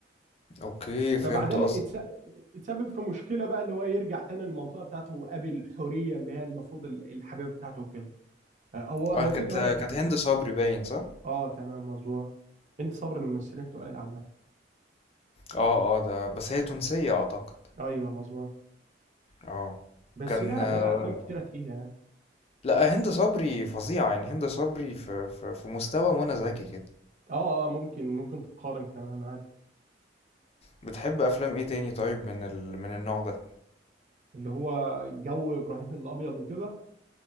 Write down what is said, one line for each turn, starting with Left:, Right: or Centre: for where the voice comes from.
Left: اوكي فهمت
Right: فبعدين
Left: قصدك
Right: اتس يتسبب في مشكله بقى اللي هو يرجع تاني للمنطقه بتاعته ويقابل حوريه اللي هي المفروض ال- الحبيبه بتاعته وكده هو
Left: اه
Right: هو
Left: كانت
Right: في جوانب كتير
Left: كانت هند صبري باين صح
Right: اه تمام مظبوط هندي صبري من الممثلين التقال عامه
Left: اه اه ده بس هي تونسية اعتقد
Right: ايوه مظبوط
Left: اه
Right: بس
Left: كان
Right: لا
Left: آه،
Right: لا افلام كتيره تقيله يعني
Left: لا هند صبري فظيعة يعني هند صبري في في, في مستوى منى زكي كده
Right: اه اه ممكن ممكن تقارن كمان عادي
Left: بتحب افلام ايه تاني طيب من ال... من النوع ده
Right: اللي هو جو ابراهيم الابيض وكده